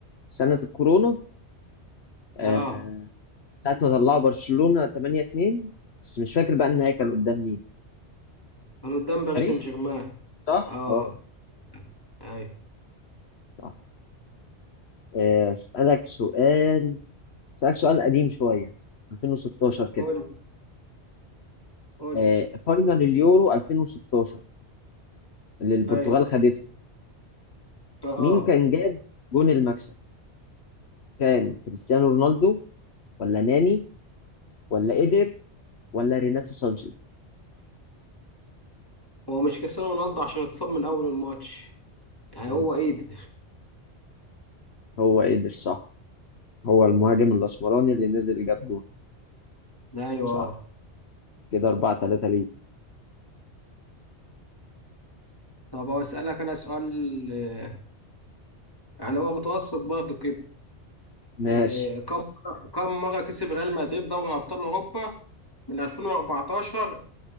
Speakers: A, on the left; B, on the left.
A: سنة الكورونا آه
B: آه
A: ساعة ما طلعوا برشلونة تمانية اتنين بس مش فاكر بقى النهائي كان
B: بس.
A: قدام مين
B: كان قدام باريس
A: باريس
B: سان جيرمان
A: صح؟
B: آه
A: اه
B: أي
A: صح آه، أسألك سؤال اسالك سؤال قديم شويه 2016 كده
B: قول قول
A: آه، فاينل اليورو 2016 اللي البرتغال
B: أي
A: خدته
B: آه
A: مين كان جاب جون المكسب كان كريستيانو رونالدو ولا ناني ولا ايدر ولا ريناتو سانشيز
B: هو مش كريستيانو رونالدو عشان اتصاب من أول الماتش يعني
A: مظبوط
B: هو إيه ده؟
A: هو ايدر صح هو المهاجم الاسمراني اللي نزل جاب جون
B: ايوه
A: صح
B: آه.
A: كده 4 3 ليه
B: طب اسالك انا سؤال آه، يعني هو متوسط برضه كده
A: ماشي
B: آه، كم كم مره كسب ريال مدريد دوري ابطال اوروبا من 2014